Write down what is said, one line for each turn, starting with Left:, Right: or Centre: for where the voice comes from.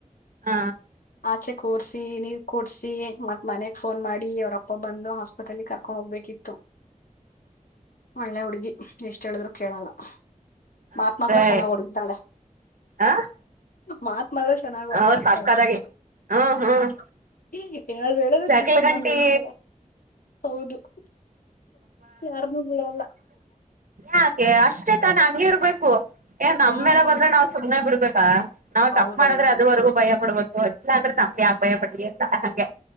Right: ಹ
Left: ಆಚೆ ಕೂರ್ಸಿ ನೀರ್ ಕೂಡ್ಸಿ ಮತ್ತ್ ಮನೆಗ್ ಫೋನ್ ಮಾಡಿ ಅವ್ರಪ್ಪ ಬಂದು ಹಾಸ್ಪಿಟಲ್ ಲ್ಲಿ ಕರ್ಕೊಂಡ್ ಹೋಗ್ಬೇಕಿತ್ತು ಒಳ್ಳೆ ಹುಡ್ಗಿ ಎಷ್ಟ ಹೇಳಿದ್ರು ಕೇಳಲ್ಲ ಮಾತು
Right: ಮತ್ತೆ
Left: ಮಾತ್ರ ಚೆನ್ನಾಗ್ ಹೊಡಿತಾಳೆ
Right: ಹ
Left: ಮಾತು ಮಾತು ಮಾತ್ರ ಚೆನ್ನಾಗಿ
Right: ಹ
Left: ಆಡ್ತಳೆ
Right: ಸಕ್ಕತ್ತಾಗಿ ಹ್ಮ್ ಹ್ಮ್
Left: ಹ್ಮ ಏನಾದ್ರು ಹೇಳಿದ್ರೆ
Right: ಜಗಳ
Left: ತಿರುಗಿಸಿ ಇನ್ನೊಂದು
Right: ಗಂಟಿ
Left: ಹೇಳ್ತಾಳೆ ಹೌದು ಯಾರನ್ನೂ ಬಿಡಲ್ಲ
Right: ಯಾಕೆ ಅಷ್ಟೇ ಹಂಗೆ ಇರ್ಬೇಕು ಏ ನಮ್ಮಲೆ
Left: ಹ್ಮ್
Right: ಬಂದ್ರೆ ನಾವ್ ಸುಮ್ನೆ ಬಿಡ್ಬೇಕಾ ನಾವ್
Left: ಹೌದೌದು
Right: ತಪ್ಪು ಮಾಡಿದ್ರೆ ಅದುವರೆಗೂ ಭಯ ಪಡ್ಬೇಕು ಅದಲ್ಲ ಅಂದ್ರೆ ತಮಗೆ ಯಾಕ ಭಯ ಪಡ್ಲಿ ಅಂತ ಹಂಗೆ